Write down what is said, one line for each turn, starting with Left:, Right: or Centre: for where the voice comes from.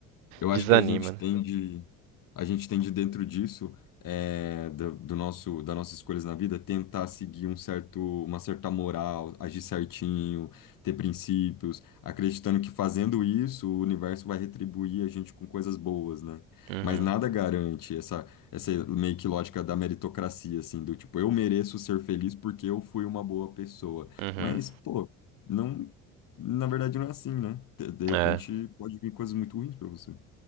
Left: Eu acho
Right: desanima,
Left: que a gente
Right: né?
Left: tende, a gente tende dentro disso, é, do, do nosso, das nossas escolhas na vida, tentar seguir um certo, uma certa moral, agir certinho, ter princípios, acreditando que fazendo isso, o universo vai retribuir a gente com coisas boas, né?
Right: Uhum,
Left: Mas nada garante essa, essa meio que lógica da meritocracia, assim, do tipo, eu mereço ser feliz porque eu fui uma boa pessoa.
Right: uhum.
Left: Mas, pô, não, na verdade não é assim, né? De, de repente
Right: É,
Left: pode vir coisas muito ruins pra você.